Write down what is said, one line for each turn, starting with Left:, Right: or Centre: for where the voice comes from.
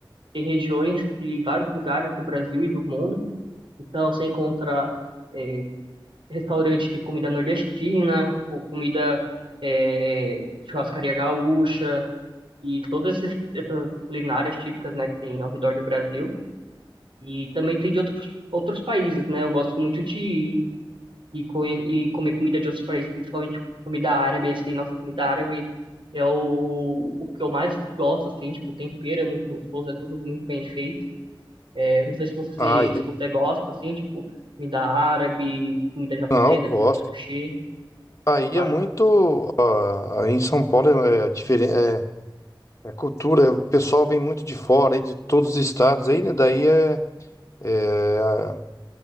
Right: tem regiões de vários lugares do Brasil e do mundo. Então, você encontra é, restaurante de comida nordestina, ou comida é, churrascaria gaúcha e todas esses- essas culinárias típicas, né, que tem ao redor do Brasil e também tem de outros, outros países, né? Eu gosto muito de ir conhe- e, comer comida de outros países, principalmente comida árabe, assim, nossa comida árabe é o, o que eu mais gosto, assim, tipo, o tempero é muito gostoso, é tudo muito bem feito. É, não sei se você
Left: Ah,
Right: se você gosta, assim, tipo, comida árabe, comida japonesa,
Left: Não, gosto.
Right: tipo sushi.
Left: Aí
Right: Opa,
Left: é muito. ah, Aí em São Paulo é, diferente. É, é cultura, é- o pessoal vem muito de fora, aí de todos os estados, aí, né? Daí é, é, a